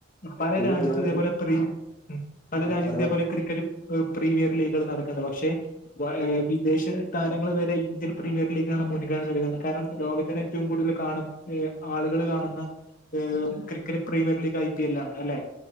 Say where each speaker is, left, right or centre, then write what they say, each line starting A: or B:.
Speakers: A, on the left (about 40°); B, on the left (about 15°).
A: പല
B: കഴിഞ്ഞ
A: രാജ്യത്തു
B: കളികളൊക്കെ
A: ഇതേപോലെ പ്രീ പല
B: ആ
A: രാജ്യത്ത്
B: പറയ്
A: ഇതേപോലെ
B: പറയ്
A: ക്രിക്കറ്റ് പ്രീമിയർ ലീഗർകൾ നടക്ക്ണ്ട് പക്ഷേ വഴേ വിദേശ താരങ്ങൾ വരെ ഇന്ത്യൻ പ്രീമിയർ ലീഗാണ് മുൻഗണന നൽകുന്നത് കാരണം ലോക ത്തിൽ ഏറ്റവും കൂടുതൽ കാണ ഏ ആളുകൾ കാണുന്ന ഏഹ് cricket premier league I P L ആണ് അല്ലെ